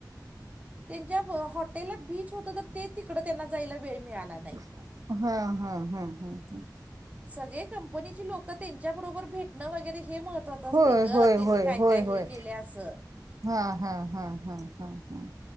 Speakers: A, on the right (about 20°); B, on the right (about 50°).
A: त्यांच्या हॉटेलला बीच होत, तर ते तिकडं त्यांना जायला वेळ मिळाला‌
B: हा, हा, हा, हा.
A: सगळे कंपनीची लोक त्यांच्याबरोबर भेटणं वगैरे, हे महत् त्वाच असतय
B: होय
A: ग,
B: होय
A: त्यांनी
B: होय
A: काय,
B: होय
A: काय हे
B: होय
A: केलय असं.
B: हा, हा, हा, हा, हा, हा.